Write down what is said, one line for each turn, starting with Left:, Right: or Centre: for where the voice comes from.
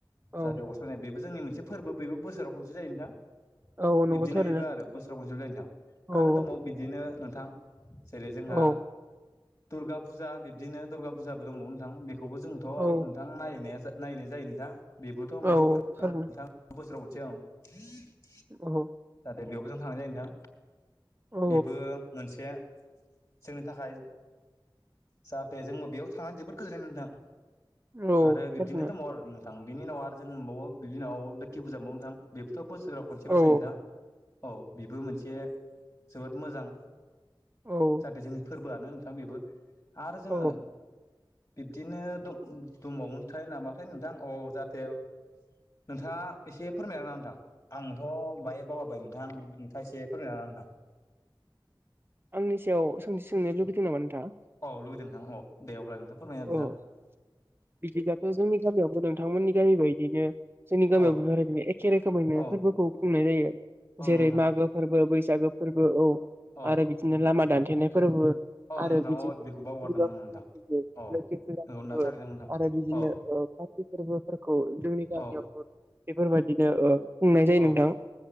Right: औ
Left: जाहाथे अर सावनाय बेबो जोंनि मोनसे फोरबो बिबो बोसोराव खनसे जायो नोंथां बिब्दिनो
Right: औ नंगौ थारैनो
Left: बेबो आरो बोसोराव खनसे जायो नोंथां
Right: औ
Left: आरो दबाव बिदिनो नोंथां जेरै जोंहा
Right: औ
Left: दुर्गा फुजा बिब्दिनो दुर्गा फुजाबो दंबावो नोंथां बेखौ बेखौबो जोंथ'
Right: औ
Left: नोंथांनाय नायनाय जायो नोंथां बेबोथ' मोनसे
Right: औ
Left: फोरबो
Right: थारैनो
Left: नोंथां बोसोराव खन <inaudible>
Right: <inaudible>
Left: दा बेयावबो जों थांनाय जायोै नोंथां
Right: औ
Left: बेबो मोनसे जोंनि थाखाय जाहाथे जोंबो बेयाव थांनानै जोबोद गोजोननाय मोनदों।
Right: औ
Left: आरो बिबदिनो
Right: थारैनो
Left: दबावो आरो नोंथां बिनि उनाव आरो जों मोनबावो बिनि उनाव लोखि फुजा नोंथां बेबोथ' बोसोराव खनसेल'
Right: औ
Left: जायो नोंथां औ बेबो मोनसे जोबोद मोजां
Right: औ
Left: जाहाथे जोंनि फोरबोआनो नोंथां बेबो आरो जोङो
Right: औ
Left: बिब्दिनो दंबावो नोंथां नामाथाय नोंथां औ जाहाथे नोंथाङा एसे फोरमायना ला नोंथां आंथ' बाहाय बावगारबाय नोंथां नोंथाङा एसे फोरमायना होदो नोंथां।
Right: आंनि सायाव सोंथि सोंनो लुबैदों नामा नोंथाङा?
Left: औ लुगैदों नोंथां औ दे अब्ला फोरमायना
Right: अ बिदिबाथ' जोंनि गामियावबो नोंथांमोननि गामि बायदिनो जोंनि गामियाव
Left: होदो नोंथां औ
Right: बेफोरदिनो एखे रोखोमैनो
Left: औ
Right: फोरबोखौ खुंनाय जायो।
Left: औ
Right: जेरै
Left: नंगौ नोंथां
Right: मागो फोरबो बैसागो फोरबो औ
Left: औ
Right: आरो बिदिनो लामा दानथेनाय फोरबो।
Left: औ
Right: आरो
Left: नोंथां
Right: बिदिनो
Left: अ बेखौ बावगारदोंमोन नोंथां
Right: <inaudible>
Left: औ
Right: लोखि फुजा
Left: नंगौ
Right: फोरबो
Left: नोंथां थारैनो नोंथां
Right: आरो बिदिनो
Left: औ
Right: काति फोरबोफोरखौ जोंनि गामियावबो
Left: औ
Right: बेफोरबायदिनो खुंनाय जायो
Left: औ
Right: नोंथां